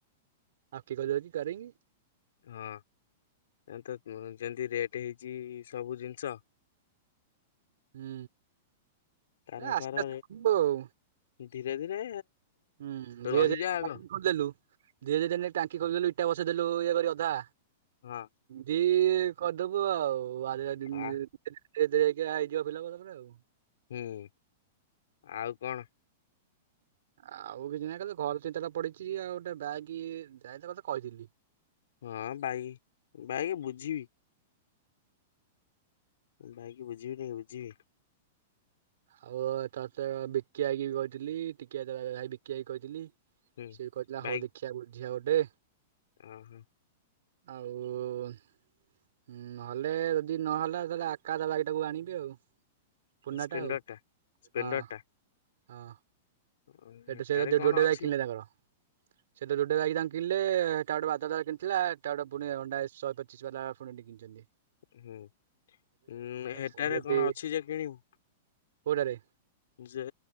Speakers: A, on the right; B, on the left.
A: <unintelligible> କାରିଙ୍ଗି।
B: ହଁ ଏ ତ ଯେମିତି ରେଟ୍ ହେଇଚି ସବୁ ଜିନିଷ
A: ହୁଁ।
B: ତାର
A: ଆସିଲେ
B: ଫାରରେ
A: ଆସିବ ଆଉ।
B: ଧୀରେ ଧୀରେ
A: ହୁଁ ଧୀରେ
B: ରହିଯା
A: ଧୀରେ
B: ଆଗ
A: ଟାଙ୍କି ଖୋଲିଦଲୁ ଦୁଇ ଦିନ ରେ ଟାଙ୍କି ଖୋଲିଦଲୁ ଇଟା ବସେଇଦେଲୁ ଇଏ କରି ଅଧା।
B: ହଁ।
A: ଦି କରିଦେବୁ ଆଉାର ଦିଦିନି
B: ଆ
A: ଭିତରେ। ଏଇ ଦେଖ ହୈ ହେଇ ଝିଅ ପିଲା କୁ ରଖିଦେବୁ।
B: ହୁଁ ଆଉ କଣ।
A: ଆଉ କିଛି ନାହିଁ ଖାଲି ଘର ଚିନ୍ତାଟା ପଡ଼ିଚି, ଆଉ ଗୋଟ ବାଇକି ଯାଇଥା ତତେ କହିଥିଲି।
B: ହଁ ବାଇକ୍ ବାଇକ୍ ବୁଝିବି। ବାଇକି ବୁଝିବି ନାଇ ବୁଝିବି।
A: ଆଉ ତତ ବିକି ଆଇ କିବି କହିଥିଲି ଟିକିଆ ଦାଦା ଭାଇ ବିକି ଭାଇ କହିଥିଲି।
B: ହୁଁ
A: ସେ କଇଥିଲା
B: ବାଇକ୍
A: ହଉ ଦେଖିବା ବୁଝିଆ ଗୋଟେ।
B: ଓହୋ।
A: ଆଉ ହୁଁ ନହେଲେ ଯଦି ନହେଲା ତାହେଲେ ଆକା ଦା ବାଇକିଟାକୁ ଆଣିବି ଆଉ। ପୁରୁନାଟା
B: ଏ ସ୍ପେଣ୍ଡର
A: ଆଉ
B: ଟା? ସ୍ପ୍ଲେଣ୍ଡର
A: ହଁ
B: ଟା
A: ହଁ ସେଠୁ
B: ଉଁ, ହେଟାରେ
A: ସେଇଟା
B: କଣ
A: ଯୋଡ଼େ
B: ଅଛି
A: ବାଇକ୍ କିିଲେ ତାଙ୍କର। ସେଟୁ ଯୋଡ଼େ ବାଇକି ତାଙ୍କ କି ଲେ ହେଟା ଗୋଟେ ବାଦ ଆଇ କିଣିଥିଲା ତା ଗଟେ ପୁଣି ଅଣ୍ଡା ଶହେ ପଚିଶି ବାଲା ପୁଣିଟ କିଣିଚନ୍ତି।
B: ହୁଁଁ ଉଁ ହେଟାରେ
A: ପୁଣି ଯଦି
B: କଣ ଅଛିଯେ କିଣିବୁ?
A: କୋଉଟାରେ?
B: ଯେ